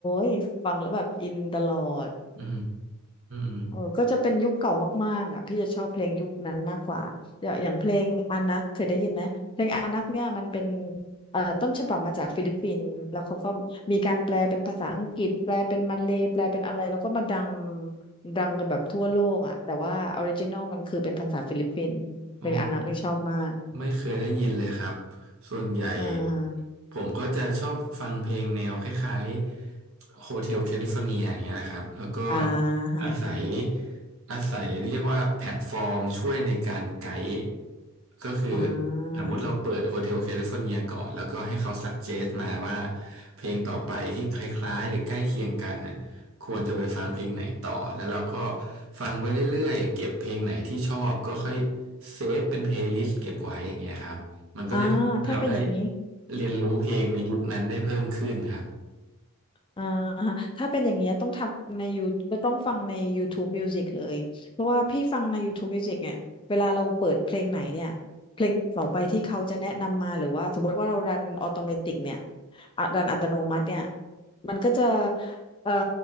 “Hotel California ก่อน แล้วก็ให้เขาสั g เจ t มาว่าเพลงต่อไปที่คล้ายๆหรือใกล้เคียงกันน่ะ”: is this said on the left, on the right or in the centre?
Right